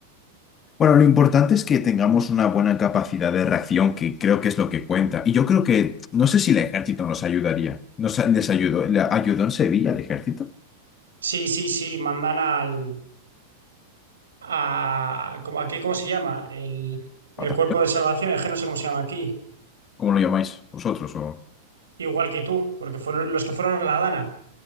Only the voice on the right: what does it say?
Sí, sí, sí, mandan al... A, ¿cómo- aquí, ¿cómo se llama? El, el
cuerpo de salvación, es que no sé cómo se llama aquí.
Igual que tú, porque fueron los que fueron a la Dana.